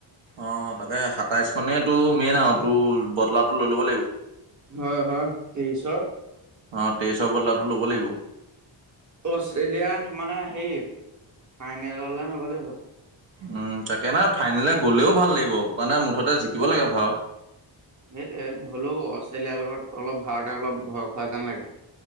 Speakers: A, on the right; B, on the right.
A: অ, তাকে সাতাইশখনেইটো মেইন আঔ, তোৰ বটলাটো লৈ ল'ব লাগিব।
B: হয় হয়, তেইছৰ।
A: অ, তেইছৰ বদলাটো ল'ব লাগিব।
B: অষ্ট্ৰেলিয়া মানে সেই, ফাইনেললে নগলে হল।
A: উম, তাকে নহ ফাইনেলে গ'লেও ভাল লাগিব, মানে মুঠতে জিকিব লাগে ভাৰত।
B: সেইটোৱে, হলো'ও অষ্ট্ৰেলিয়াৰ লগত অলপ ভাৰতে অলপ ভয় খোৱা যেন লাগে।